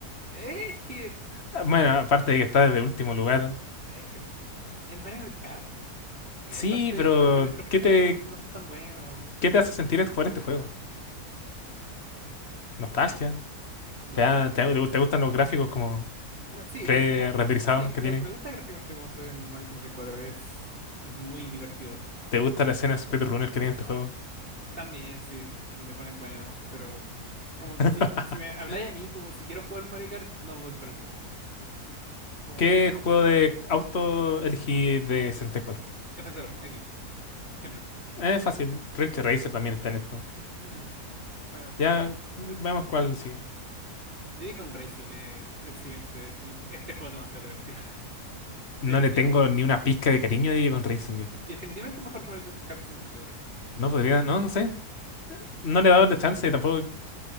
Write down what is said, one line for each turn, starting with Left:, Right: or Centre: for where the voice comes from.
Right: Eh, Es que,
Left: Ah, Bueno, aparte de que está de último lugar.
Right: es que es Mario Kart. Y
Left: Sí,
Right: aparte,
Left: pero
Right: los, prime- los primeros
Left: ¿qué te,
Right: no son tan buenos.
Left: qué te hace sentir es jugar este juego? ¿Nostalgia?
Right: Dolor.
Left: ¿Te, da- te, te te gustan los gráficos como
Right: No, sí,
Left: pre-renderizados
Right: lo, sí me,
Left: que tiene?
Right: me gusta gráficamente cómo se ve el Mario sesenta y cuatro Es muy divertido.
Left: ¿Te gusta la escena speedrunner que tiene este juego?
Right: También, sí, le ponen bueno, pero como
Left: <laughs>
Right: si, si me habláis a mí, como si quiero jugar Mario Kart, no voy por este. Como
Left: ¿Qué juego de auto elegí de 64?
Right: F0, aquí, siempre.
Left: Es fácil, Ridge Racer también está en esto.
Right: Mm, Bueno,
Left: Ya, vemos cuál sigue.
Right: Diddy con Racing es el siguiente. Y este juego es demasiado divertido. <laughs>
Left: No
Right: Definitivamente,
Left: le tengo ni una pizca de cariño a Digital Racing.
Right: definitivamente mejor que Mario Kart 64.
Left: No podría, no, no sé. No le he dado la chance, tampoco